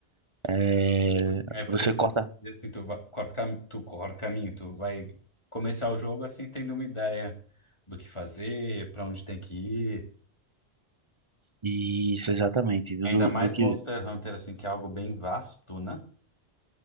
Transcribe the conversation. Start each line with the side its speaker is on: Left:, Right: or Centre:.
Right: eh,
Left: É porque
Right: você
Left: tu,
Right: corta.
Left: assim, tu vai, corta, cami- tu corta caminho, tu vai começar o jogo assim tendo uma ideia do que fazer, pra onde tem que ir.
Right: Isso, exatamente. Do,
Left: Ainda
Right: do
Left: mais
Right: do que
Left: Monster Hunter, assim, que é algo bem vasto, né?